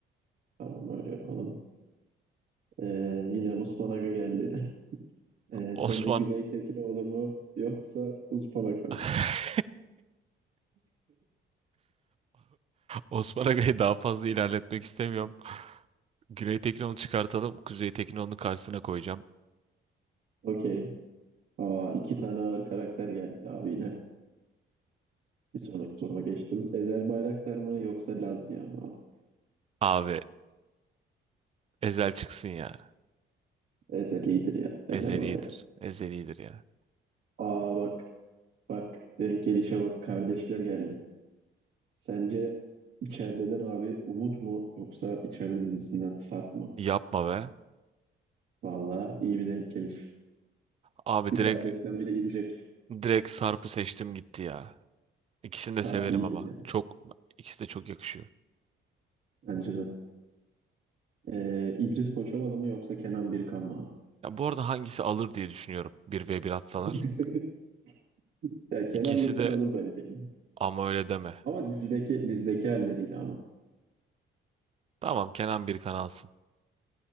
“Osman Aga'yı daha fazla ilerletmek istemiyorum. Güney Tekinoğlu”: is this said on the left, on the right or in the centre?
Right